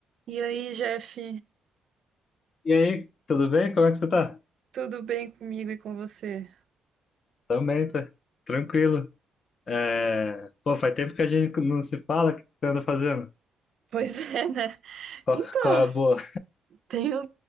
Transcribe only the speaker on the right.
E aí, Jeff,
tudo bem comigo e com você?
<laughs> Pois é, né?
Então,
tenho,